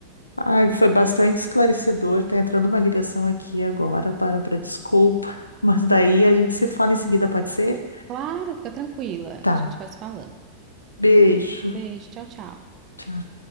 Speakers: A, on the left; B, on the right.
A: Ai, foi bastante esclarecedor. Tá entrando uma ligação aqui agora, Bárbara, desculpa. Mas daí a gente se fala em seguida, pode ser?
B: Claro, fica tranquila,
A: Tá.
B: a gente vai se falando.
A: Beijo.
B: Beijo, tchau, tchau.
A: Tchau.